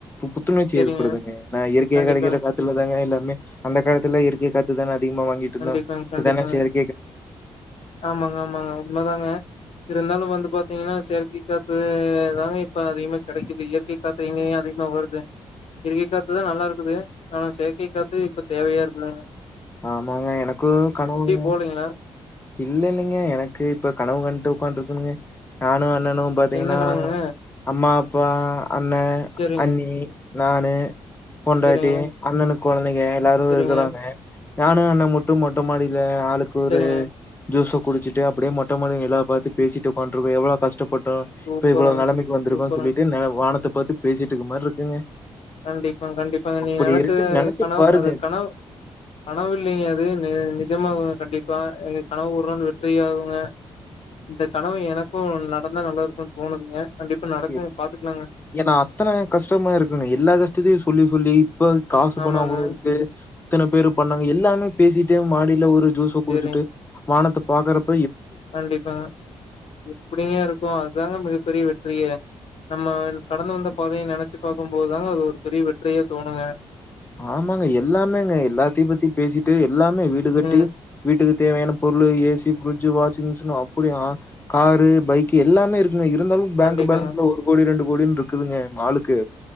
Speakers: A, on the left; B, on the left.
A: புத்துணர்ச்சி
B: சேரிங்க
A: ஏற்படுதுங்க ஏன்னா இயற்கையை
B: கண்டிப்பாங்க
A: கிடைக்கிற காத்துல தாங்க எல்லாமே அந்த காலத்துல இயற்கை காத்து இதங்க அதிகமா வாங்கிட்டு இருந்த
B: கண்டிப்பாங்க கண்டிப்பாங்க
A: இப்தானே சேரி
B: ஆமாங்க ஆமாங்க உண்ம தாங்க இருந்தாலும் வந்து பாத்தீங்கன்னா செயற்கை காத்து தாங்க இப்ப அதிகமா கிடைக்குது இயற்கை காத்து எங்கேயுங்க அதிகமா வருது இயற் காத்துதா நல்லா இருக்குது ஆனா சே கைகாத்து இப்ப தேவையா இருக்லங்க
A: ஆமாங்க எனக்கும் கனவுங்க
B: போலீங்களா
A: இல்ல இல்லைங்க எனக்கு இப்ப கனவு கண்டுட்டு உட்காந் இருக்குனுங்க நானும் என்னனும் பாத்தீங்கன்னா
B: எண்ணெ கணக்குங்க
A: அம்மா அப்பா அண்ணே
B: செரிங்க
A: அண்ணி நானு பொண்டாட்டி
B: செரிங்க
A: அண்ணனுக் குழந்தைங்க எல்லாரும்
B: செரிங்க
A: இருக்கறாங்க நானும் அன்னமுட்டும் மொட்டை மாடியில ஆளுக்கு ஒரு
B: செரிங்க
A: ஜூஸ குடிச்சிட்டு அப்படியே மொட்டமாடி நிலாவ பாத்து பேசிட்டு ஓக்கான்ட்டுஇருக்கோம் எவ்வளோ கஷ்ட பட்டோம்
B: சூப்பருங்க
A: இப்ப இவ்வளவு நிலமைக்கு வந்திருக்கும்
B: சூப்பருங்க
A: சொல்லிட்டு வானத்தை பத்தி பேசிட்டுக்கு மாரி இருக்குங்க
B: கண்டிப்பா கண்டிப்பா
A: அப்டி
B: நீ நினைச்ச
A: இருக்குன்னு நெனச்சு
B: கனவு
A: பாருங்க
B: அது கனவு கனவு இல்லைங்க அது நிஜமாகங்க கண்டிப்பா எங்க கனவு ஒரு நாள் வெற்றி ஆகுங்க இந்த கனவு எனக்கும் நடந்தால் நல்லாிருக்கும்ன்னு தோணுதுங்க கண்டிப்பா நடக்குங்க
A: ஏ
B: பாத்துக்கலாங்க
A: ஏனா அத்தன கஷ்டமா இருக்குங்க எல்லா கஷ்ட த்தயு சொல் இப்ப காசு
B: ஆமாங்க
A: பணம் அவ்ளோ இருக்கு இத்தன பேரு பண்ணாங்க எல்லாமே பேசிட்டு மாடியில ஒரு ஜூஸ
B: செரிங்க
A: குடிச்சுட்டு வானத்த பாக்கரப்
B: கண்டிப்பாங்க எப்டிங்க இருக்கும் அதாங்க மிகப்பெரிய வெ ற்றியே நம்ம கடந்து வந்த பாதையை நெனச்சு பாக்கும் போதுதாங்க அது ஒரு பெரிய வெற்றியே தோணுங்க
A: ஆமாங்க எல்லாமேங்க எல்லாத்தையும் பத்தி பேசிட்டு எல்லாமே வீடு கட்டி
B: ம்
A: வீட்டுக்கு தேவையான பொருள் ஏசி பிரட்ஜ் வாஷிங் மிஷின் அப்டி காரு பைக் எல்லாமே இருக்குங்க இரு இருந்தாலும் பேங்க்
B: கண்டிப்பாங்க
A: பேலன்ஸ்ல ஒரு கோடி ரெண்டு கோடினு இருக்குதுங்க ஆளுக்கு